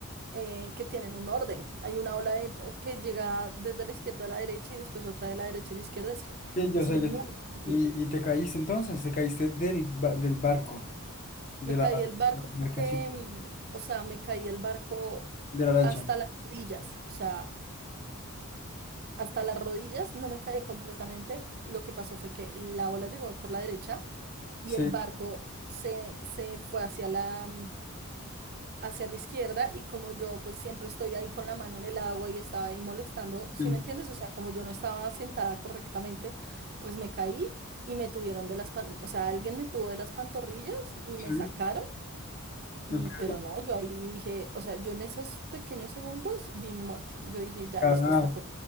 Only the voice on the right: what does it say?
eh, que tienen un orden. Hay una ola de- que llega desde la izquierda a la derecha y después otra de la derecha a la izquierda. Es,
es
muy
difícil.
Me caí
del barco
porque,
mm, o sea, me caí del barco
hasta las rodillas, o sea, hasta las rodillas no me caí completamente. Lo que pasó fue que la ola llegó por la derecha y
el barco se, se fue hacia la, mm, hacia la izquierda y como yo pues siempre estoy ahí con la mano en el agua y estaba ahí molestando, ¿sí
me entiendes? O sea, como yo no estaba sentada correctamente, pues me caí y me tuvieron de las, pan- o sea, alguien me tuvo de las pantorrillas y
me sacaron. Y,
pero no, yo ahí dije, o sea, yo en esos pequeños segundos vi mi muerte. Yo dije, ya
listo, esta fue.